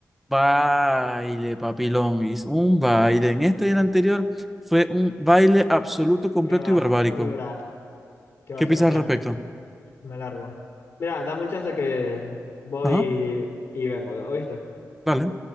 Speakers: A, in the centre; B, on the left.
A: baile, papilonguis, un baile. En esta y en anterior fue un baile absoluto, completo
B: ¡Qué basura!
A: y barbárico.
B: ¡Qué basura!
A: ¿Qué piensas
B: Me,
A: al respecto?
B: me largo. Mira, dame un chance que voy
A: Ajá,
B: y, y vengo, ¿oíste?
A: vale.